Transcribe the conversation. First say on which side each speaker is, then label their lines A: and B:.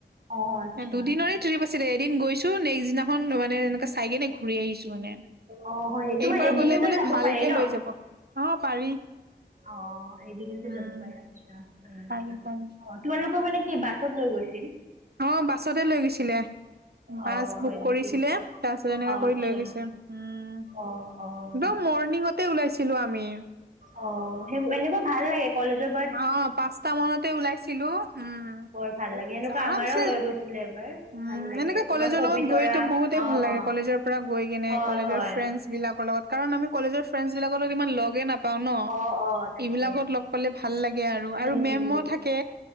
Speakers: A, on the right (about 45°); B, on the right (about 65°).
A: অ', আচ্ছা।
B: দুদিনৰে ট্ৰিপ আছিলে, এদিন গৈছো, নেক্সট দিনাখন মানে এ চাই কিনে ঘূৰি আহিছো মানে,
A: অ', হয় তোমাৰ
B: এইবাৰ
A: এদিনতে
B: গ'লে বোলে
A: যাব
B: ভালকে
A: পাৰি
B: লৈ যাব। অ, পাৰি।
A: অ, এদিনতে
B: উম,
A: যাব পাৰে, আচ্ছা <unintelligible>
B: পাৰি পাৰি।
A: তোমালোকক মানে কি বাছত লৈ গৈছিল?
B: অ, বাছতে লৈ গৈছিলে। বাছ
A: অঁ হয়
B: বুক কৰিছিলে,
A: নেকি
B: তাৰপিছত এনেকা
A: অঁ
B: কৰি
A: আচ্ছা
B: লৈ গৈছে, উম।
A: অঁ অঁ
B: একদম মৰ্ণিঙতে ওলাইছিলো আমি।
A: অ, সে-সেনেকুৱা ভাল লাগে, কলেজত
B: অ, পাঁচটা মানতে ওলাইছিলোঁ। উম,
A: বৰ ভাল লাগে এনেকুৱা
B: আৰামছে
A: আমাৰো লৈ গৈছিলে এবাৰ
B: উম,
A: ভাল লাগে
B: এনেকা
A: তোমাৰ
B: কলেজৰ
A: পবিতৰা
B: লগত গৈ তো বহুতেই
A: অঁ
B: ভাল লাগে,
A: অঁ
B: কলেজৰ পৰা গৈ কিনে,
A: হয়
B: কলেজৰ
A: হয়
B: ফ্ৰেণ্ডচ বিলাকৰ লগত, কাৰণ আমি কলেজৰ ফ্ৰেণ্ডচ বিলাকৰ লগত ইমান লগে নাপাওঁ ন,
A: অঁ অঁ তাকে
B: এইবিলাকত লগ পালে ভাল লাগে আৰু। আৰু
A: উম
B: মেম'
A: উম উম
B: থাকে,